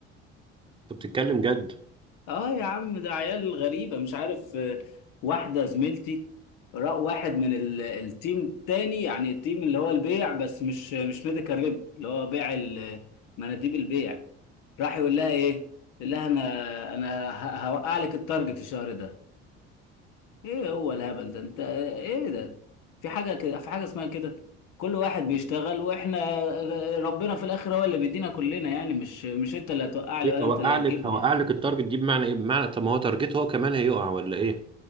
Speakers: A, on the right; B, on the left.
A: انت بتتكلم جد
B: اه يا عم ده عيال غريبة مش عارف آه، واحدة زميلتي رأى واحد من ال- التيم التاني يعني التيم اللي هو البيع بس مش مش ميديكال ريب اللي هو بيع ال- مناديب البيع راح يقول لها ايه؟ يقول لها انا انا ه- هوقع لك التارجت الشهر ده ايه هو الهبل ده انت ايه ده؟ في حاجة كده في حاجة اسمها كده كل واحد بيشتغل واحنا آه، ربنا في الاخر هو اللي بيدينا كلنا يعني مش مش انت اللي هتوقع لي
A: ايه
B: ولا
A: هوقع
B: انت اللي
A: لك
B: هتجيب
A: هوقع
B: لي
A: لك التارجت دي بمعنى ايه بمعنى طب ما هو تارجت هو كمان هيقع ولا ايه